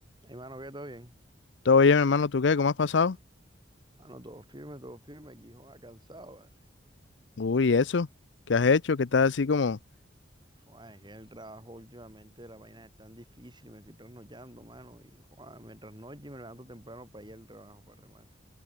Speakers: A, on the right (about 25°); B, on the left (about 70°).
A: Hey mano que todo bien.
B: Todo bien, hermano, ¿tú qué? ¿Cómo has pasado?
A: Mano, todo firme, todo firme. Aquí, joder, cansado, ¿vale?
B: Uy, eso. ¿Qué has hecho? ¿Qué estás así como?
A: Joder, es que el trabajo últimamente, la vaina es tan difícil, me estoy trasnochando, mano. Y, joder, me trasnocho y me levanto temprano para ir al trabajo, para remate.